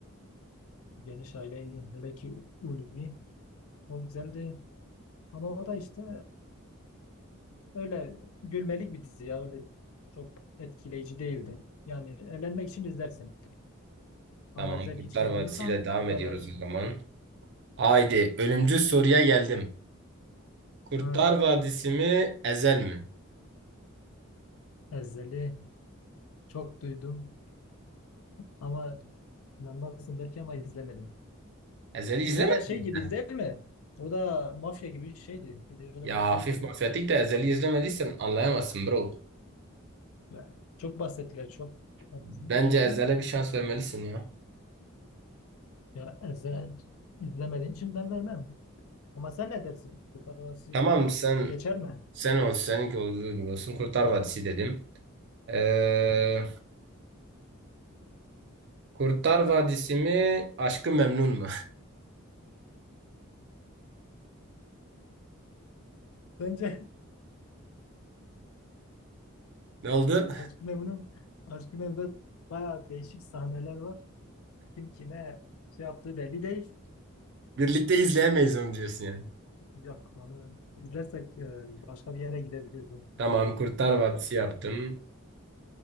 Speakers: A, on the left (about 75°); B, on the right (about 55°).
A: Geniş aile iyi. Hele ki Ulvi. O güzeldi. Ama o da işte öyle gülmelik bir dizi ya. Öyle çok etkileyici değildi. Yani eğlenmek için izlersin.
B: <laughs>
A: Ama
B: Tamam
A: zevk
B: Kurtlar
A: için
B: Vadisi
A: diyorsan
B: ile devam
A: Kurtlar
B: ediyoruz
A: Vadisi.
B: o zaman. Haydi ölümcül soruya geldim. Kurtlar
A: Ha.
B: Vadisi mi Ezel mi?
A: Ezeli. Çok duydum. Ama inanmazsın belki ama izlemedim.
B: Ezel'i izlemedin
A: O da şey
B: mi
A: gibiydi
B: sen?
A: değil mi? O da mafya gibi bir şeydi. Bir de öyle
B: Ya
A: bir diziydi.
B: hafif mafyatik de Ezel'i izlemediysen anlayamazsın bro.
A: Ya, çok bahsettiler çok. Evet,
B: Bence
A: biliyorum.
B: Ezel'e bir şans vermelisin ya.
A: Ya izle, izlemediğin için ben vermem. Ama sen ne dersin? Kurtlar Vadisi
B: Tamam sen
A: geçer mi?
B: sen ol seninki olduğu gibi olsun. Kurtlar Vadisi dedim. Ee, Kurtlar Vadisi mi Aşkı Memnun mu? <laughs>
A: Bence
B: Ne oldu?
A: <laughs> Aşk-ı Memnun, Aşk-ı Memnun'da bayağı değişik sahneler var. Kim kime şey yaptığı belli değil.
B: Birlikte izleyemeyiz onu diyorsun yani.
A: Yok onu izlersek e, başka bir yere gidebilir bu.
B: Tamam Kurtlar Vadisi yaptım.